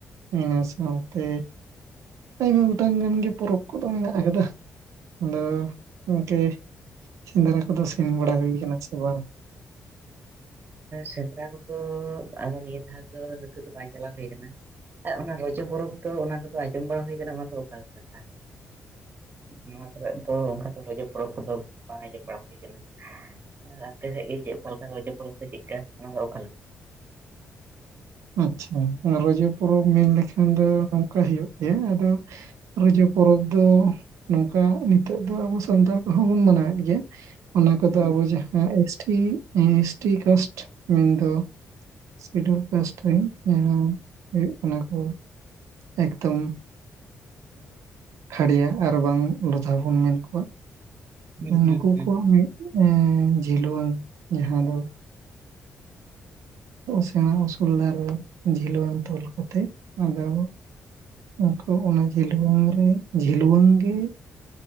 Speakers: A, on the right; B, on the right.
A: ᱤᱱᱟᱹ ᱥᱟᱶᱛᱮ ᱟᱭᱢᱟ ᱜᱚᱴᱟᱝ ᱜᱟᱱ ᱜᱮ ᱯᱚᱨᱚᱵᱽ ᱠᱚᱫᱚ ᱢᱮᱱᱟᱜ ᱠᱟᱫᱟ ᱟᱫᱚ ᱜᱚᱢᱠᱮ ᱥᱮᱸᱫᱽᱨᱟ ᱠᱚᱫᱚ ᱥᱮᱱ ᱵᱟᱲᱟ ᱦᱩᱭ ᱠᱟᱱᱟ ᱥᱮ ᱵᱟᱝ
B: ᱥᱮᱸᱫᱽᱨᱟ ᱠᱚᱫᱚ ᱱᱤᱭᱟᱹ ᱫᱷᱟᱣ ᱫᱚ ᱱᱤᱛᱚᱜ ᱫᱚ ᱵᱟᱝ ᱪᱟᱞᱟᱣ ᱦᱩᱭ ᱟᱠᱟᱱᱟ ᱟᱨ ᱚᱱᱟ ᱨᱚᱡᱚ ᱯᱚᱨᱚᱵᱽ ᱫᱚ ᱚᱱᱟ ᱠᱚᱫᱚ ᱟᱸᱡᱚᱢ ᱵᱟᱲᱟ ᱦᱩᱭ ᱠᱟᱱᱟ ᱚᱱᱟ ᱫᱚ ᱚᱠᱟ ᱞᱮᱠᱟ ᱛᱟᱦᱚᱞᱮ ᱱᱚᱣᱟ ᱠᱚᱨᱮ ᱫᱚ ᱚᱱᱠᱟ ᱨᱚᱡᱚ ᱯᱚᱨᱚᱵᱽ ᱠᱚᱫᱚ ᱵᱟᱝ ᱟᱸᱡᱚᱢ ᱵᱟᱲᱟ ᱦᱩᱭ ᱠᱟᱱᱟ ᱟᱨ ᱟᱯᱮ ᱥᱮᱫ ᱜᱮ ᱪᱮᱫ ᱚᱠᱟ ᱞᱮᱠᱟ ᱨᱚᱡᱚ ᱯᱚᱨᱚᱵᱽ ᱥᱮ ᱪᱮᱫᱠᱟ ᱚᱱᱟ ᱫᱚ ᱚᱠᱟ ᱞᱮᱠᱟ
A: ᱟᱪᱪᱷᱟ ᱨᱚᱡᱚ ᱯᱚᱨᱚᱵᱽ ᱢᱮᱱ ᱞᱮᱠᱷᱟᱱ ᱫᱚ ᱱᱚᱝᱠᱟ ᱦᱩᱭᱩᱜ ᱜᱮᱭᱟ ᱟᱫᱚ ᱨᱚᱡᱟᱹ ᱯᱚᱨᱚᱵᱽ ᱫᱚ ᱱᱚᱝᱠᱟ ᱱᱤᱛᱚᱜ ᱫᱚ ᱟᱵᱚ ᱥᱟᱱᱛᱟᱲ ᱠᱚᱦᱚᱸ ᱵᱚᱱ ᱢᱟᱱᱟᱣᱮᱫ ᱜᱮᱭᱟ ᱚᱱᱟ ᱠᱚᱫᱚ
B: ᱦᱩᱸ
A: ᱟᱵᱚ ᱡᱟᱦᱟᱸ ᱮᱥᱴᱤ ᱮᱥᱴᱤ ᱠᱟᱥᱴ ᱢᱮᱱᱫᱚ ᱥᱤᱰᱩᱞ ᱠᱟᱥᱴᱨᱤᱱ ᱡᱟᱦᱟᱸ ᱦᱩᱭᱩᱜ ᱠᱟᱱᱟ ᱠᱚ ᱮᱠᱫᱚᱢ ᱠᱷᱟᱲᱭᱟ ᱟᱨ ᱵᱟᱝ ᱞᱚᱫᱷᱟ ᱵᱚᱱ ᱢᱮᱱ ᱠᱚᱣᱟ
B: ᱦᱩᱸ
A: ᱱᱩᱠᱩ
B: ᱦᱩᱸ ᱦᱩᱸ
A: ᱠᱚᱣᱟᱜ ᱢᱤᱫ ᱮ ᱡᱷᱤᱞᱣᱟᱹᱝ ᱡᱟᱦᱟᱸ ᱫᱚ ᱥᱮᱬᱟ ᱩᱥᱩᱞ ᱫᱟᱨᱮ ᱡᱷᱤᱞᱣᱟᱹᱝ ᱛᱚᱞ ᱠᱟᱛᱮᱜ ᱟᱫᱚ ᱩᱱᱠᱩ ᱚᱱᱟ ᱡᱷᱤᱞᱣᱟᱹᱝ ᱨᱮ ᱡᱷᱤᱞᱣᱟᱹᱝ ᱜᱮ